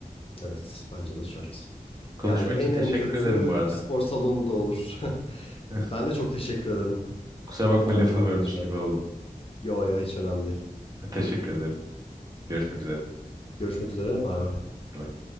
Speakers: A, on the left; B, on the right.
A: Evet, bence de şart.
B: Konuşma
A: Yani en
B: için teşekkür
A: en kötü
B: ederim bu arada.
A: spor salonunda olur. <laughs>
B: <laughs>
A: Ben de çok teşekkür ederim.
B: Kusura bakma
A: Çok
B: lafını
A: güzel bir
B: bölmüş
A: konuşmaydı.
B: gibi oldum.
A: Yo yo hiç önemli değil.
B: Teşekkür ederim. Görüşmek üzere.
A: Görüşmek üzere. Bay bay.
B: Bye.